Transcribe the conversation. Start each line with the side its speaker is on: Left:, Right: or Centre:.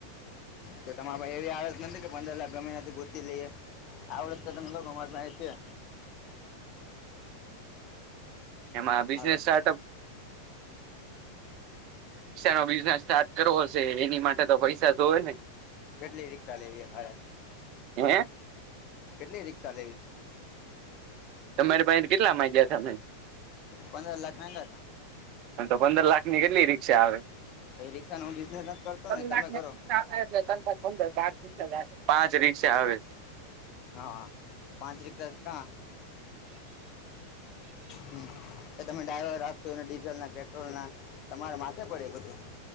Left: તો તમારા પાહે એવી આવડત નથી કે પંદર લાખ ગમે યાદી ગોતી લઈએ? આવડત તો તમે કો અમારી પાસે છે?
Right: એમાં બિઝનેસ
Left: હાલો
Right: સ્ટાર્ટઅપ. નો બિઝનેસ સ્ટાર્ટ કરવો હશે એની માટે તો પૈસા તો હોય ને.
Left: કેટલી રીક્ષા લેવીએ મારે?
Right: હે.
Left: કેટલી રીક્ષા લેવી?
Right: તમારી પાસે કેટલા માંગ્યા તમે
Left: પંદરા લાખ મહેનત ના.
Right: તો પંદર લાખ ની કેટલી રીક્ષા આવે?
Left: કઈ રીક્ષા ન હું બિઝનેસ કરતો
Right: <unintelligible>
Left: ને તમે કરો
Right: પાંચ રીક્ષા આવે.
Left: હા પાંચ રીક્ષા કા. હમ્મ. એ તમે ડ્રાઈવર આપશો એને ડીઝલ ના પેટ્રોલ ના તમારે માથે પડે એ બધું.